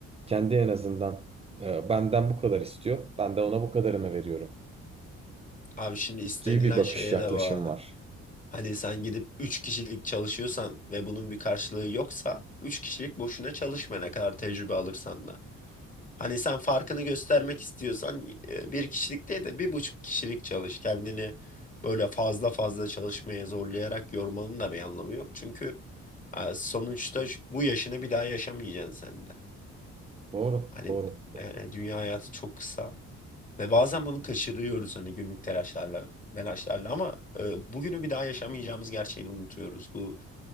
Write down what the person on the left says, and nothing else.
abi şimdi istenilen
şeye
de bağlı.
Hani sen gidip 3 kişilik çalışıyorsan ve bunun bir karşılığı yoksa 3 kişilik boşuna çalışma ne kadar tecrübe alırsan da. Hani sen farkını göstermek istiyorsan e, bir kişilik değil de bir buçuk kişilik çalış. Kendini böyle fazla fazla çalışmaya zorlayarak yormanın da bir anlamı yok. Çünkü e, sonuçta şu- bu yaşını bir daha yaşamayacaksın sen de.
Hani
yani dünya hayatı çok kısa ve bazen bunu kaçırıyoruz hani günlük telaşlarla, melaşlarla ama e, bugünü bir daha yaşamayacağımız gerçeğini unutuyoruz. Bu